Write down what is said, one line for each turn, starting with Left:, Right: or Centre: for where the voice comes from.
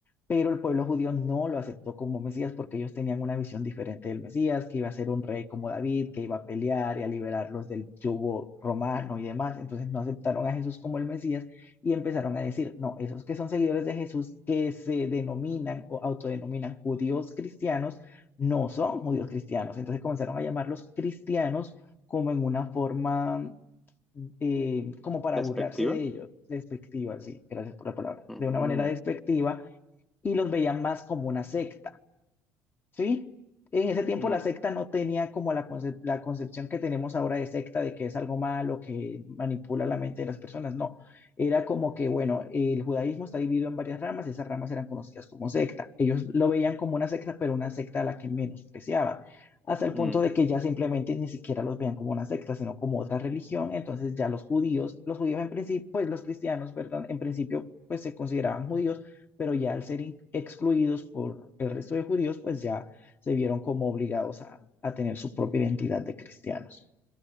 Left: pero el pueblo judío no lo aceptó como Mesías porque ellos tenían una visión diferente del Mesías, que iba a ser un rey como David, que iba a pelear y a liberarlos del yugo romano y demás. Entonces no aceptaron a Jesús como el Mesías y empezaron a decir, no, esos que son seguidores de Jesús, que se denominan o autodenominan judíos cristianos, no son judíos cristianos. Entonces comenzaron a llamarlos cristianos como en una forma, eh, como para
Centre: ¿Despectiva?
Left: burlarse de ellos, despectiva, sí, gracias por la palabra,
Centre: Ujú,
Left: de una manera despectiva y los veían más como una secta, ¿sí? En ese tiempo
Centre: mm,
Left: la secta no tenía como la, concep- la concepción que tenemos ahora de secta, de que es algo malo, que manipula la mente de las personas, no. Era como que, bueno, el judaísmo está dividido en varias ramas, esas ramas eran conocidas como secta. Ellos lo veían como una secta, pero una secta a la que menospreciaban, hasta el punto
Centre: mm,
Left: de que ya simplemente ni siquiera los veían como una secta, sino como otra religión. Entonces ya los judíos, los judíos en principio, pues los cristianos, perdón, en principio, pues se consideraban judíos pero ya al ser in- excluidos por el resto de judíos, pues ya se vieron como obligados a, a tener su propia identidad de cristianos.